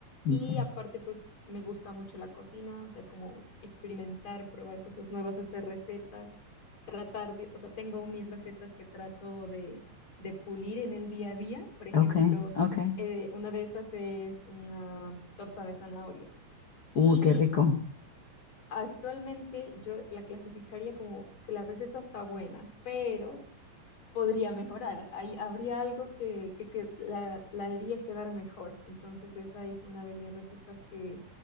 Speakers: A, on the left; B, on the left.
A: Okay,
B: y aparte pues me gusta mucho la cocina, o sea, como experimentar, probar cosas nuevas, hacer recetas, tratar de, o sea, tengo mis recetas que trato de, de pulir en el día a día, por ejemplo
A: okay, ok.
B: eh, una de esas es una torta de zanahoria.
A: Uy,
B: Y
A: qué rico.
B: actualmente yo la clasificaría como que la receta está buena, pero podría mejorar. Hay, habría algo que, que, que la, la haría quedar mejor. Entonces esa es una de mis recetas que,